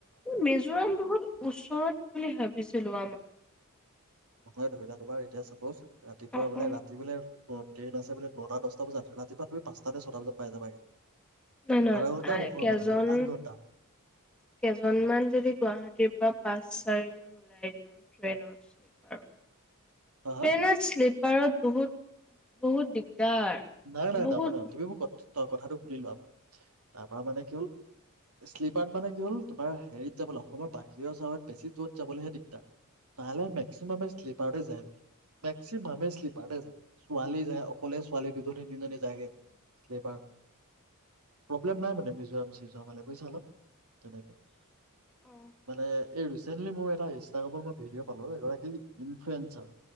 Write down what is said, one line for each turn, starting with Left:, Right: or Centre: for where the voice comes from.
Centre: এই মিজোৰাম বহুত
Right: নহয় ধৰি লোৱা তোমাৰ এতিয়া ছাপোজ ৰাতিপুৱা
Centre: অ
Right: বোলে
Centre: অ
Right: ৰাতি বোলে অঁ, ট্ৰেইন আছে বোলে নটা দছটা বজাত ৰাতিপুৱা তুমি পাঁচটা নে ছটা বজাত পাই যাবাগে।
Centre: নহয় নহয়
Right: বাৰ ঘন্টা
Centre: আ
Right: নহয়
Centre: কেইজন
Right: মানে ধৰি লোৱা আঠ ঘন্টা
Centre: কেইজনমান যদি গুৱাহাটীৰ পৰা পাঁচ চাৰিজন ওলাই দিওঁ ট্ৰেইনত শ্লীপাৰত।
Right: হা
Centre: ট্ৰেইনত
Right: হা
Centre: শ্লীপাৰত বহুত। বহুত দিগদাৰ
Right: নাই নাই
Centre: বহুত
Right: নহয় নহয় তুমি মোক ক'ত তই কথাটো শুনি লোৱা। তাৰ পৰা মানে কি হ'ল শ্লিপাৰত মানে কি হ'ল তোমাৰ হেৰিত যাবলৈ অসমৰ বাহিৰৰ চহৰত বেছি দূৰত যাবলৈহে দিগদাৰ, তালৈ মেক্সিমামে শ্লিপাৰতে যায়। মেক্সিমামে শ্লীপাৰতে যায়। ছোৱালী যায় অকলে দুজনী-তিনজনী যায়গে শ্লীপাৰ, প্ৰব্লেম নাই মানে মিজোৰাম <unintelligible> বুইছা ন। তেনেকে
Centre: অ
Right: মানে এই ৰি ছাডেনলি মোৰ এটা ইনষ্টাগ্ৰামত মই ভিডিঅ' পালো এগৰাকী ইনফ্লুৱেঞ্চাৰ,